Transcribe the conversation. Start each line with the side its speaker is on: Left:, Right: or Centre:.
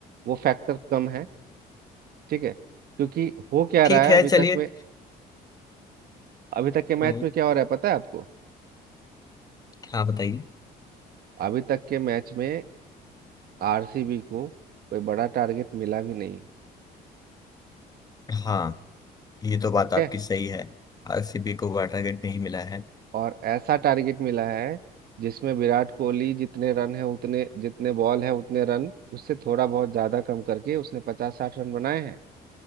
Right: वो फैक्टर कम है ठीक है क्योंकि हो क्या
Left: ठीक
Right: रहा है
Left: है
Right: अभी
Left: चलिए
Right: तक में अभी तक के मैच
Left: हम्म
Right: में क्या हो रहा है पता है आपको
Left: हाँ बताइए
Right: अभी तक के मैच में आरसीबी को कोई बड़ा टारगेट मिला भी नहीं
Left: हाँ ये तो बात
Right: ठीक
Left: आपकी
Right: है
Left: सही है आरसीबी को वाटर गेट नहीं मिला है
Right: और ऐसा टारगेट मिला है जिसमें विराट कोहली जितने रन है उतने जितने बॉल है उतने रन उससे थोड़ा बहुत ज्यादा कम करके उसने पचास साठ रन बनाए हैं